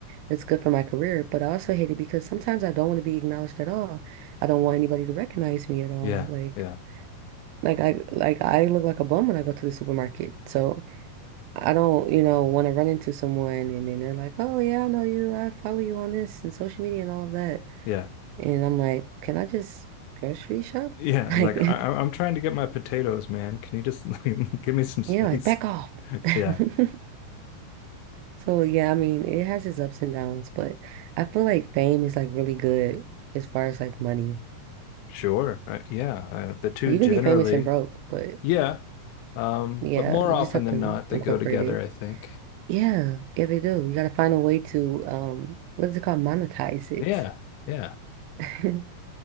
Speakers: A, on the right; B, on the left.
A: That's good for my career, but I also hate it because sometimes I don't want to be acknowledged at all. I don't want anybody to recognize me at all.
B: Yeah,
A: Like
B: yeah,
A: like I like I look like a bum when I go to the supermarket. So I don't, you know, want to run into someone and then they're like, "Oh yeah, I know you. I follow you on this and social media and all of that."
B: <laughs> yeah.
A: And I'm like, "Can I just grocery shop?"
B: Yeah,
A: <laughs> Like,
B: like I, I'm trying to get my potatoes, man. Can you just <laughs> give
A: <laughs>
B: me some space?
A: yeah, like back off.
B: <laughs>
A: <laughs>
B: Yeah,
A: So yeah, I mean, it has its ups and downs, but I feel like fame is like really good as far as like money.
B: sure. Uh, yeah, uh, the two
A: You
B: generally,
A: can be famous and broke, but
B: yeah. Um,
A: yeah,
B: but more
A: you
B: often
A: just have
B: than
A: to
B: not, they
A: incorporate
B: go together,
A: it.
B: I think.
A: Yeah, yeah, they do. You got to find a way to um, what is it called? Monetize it.
B: Yeah, yeah.
A: <laughs>